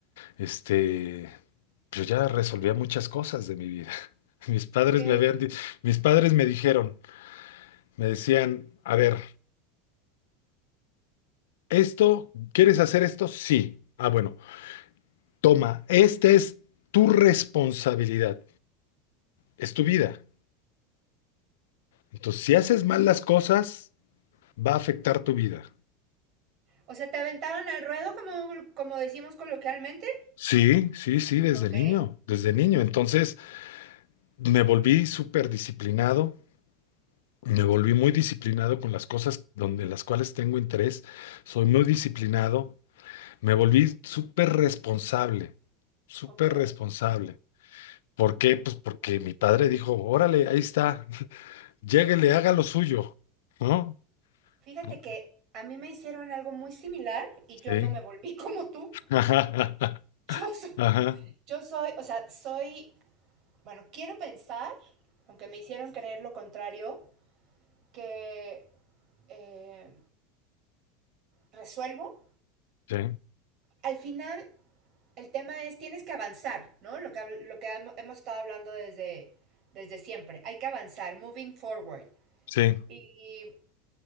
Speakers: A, on the left; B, on the right.
A: este, yo ya resolvía muchas cosas de mi vida. <laughs> Mis padres
B: ok.
A: me habían, di- mis padres me dijeron, me decían, a ver, esto, ¿quieres hacer esto? Sí. Ah, bueno, toma, esta es tu responsabilidad. es tu vida. Entonces, si haces mal las cosas, va a afectar tu vida.
B: O sea, ¿te aventaron al ruedo como, como decimos coloquialmente?
A: Sí, sí, sí, desde
B: Ok,
A: niño, desde niño. Entonces, me volví súper disciplinado, me volví muy disciplinado con las cosas donde las cuales tengo interés. Soy muy disciplinado, me volví súper responsable, súper
B: ok.
A: responsable. ¿Por qué? Pues porque mi padre dijo, órale, ahí está, <laughs> lléguele, haga lo suyo, ¿no?
B: Fíjate
A: ¿No?
B: que a mí me hicieron algo muy similar y yo
A: Sí.
B: no me volví <laughs> como tú.
A: <laughs> Ajá,
B: Yo soy,
A: ajá,
B: yo soy, o sea, soy, bueno, quiero pensar, aunque me hicieron creer lo contrario, que eh, resuelvo.
A: sí,
B: Al final, el tema es, tienes que avanzar, ¿no? Lo que, lo que hemos estado hablando desde, desde siempre. Hay que avanzar, moving forward.
A: sí.
B: Y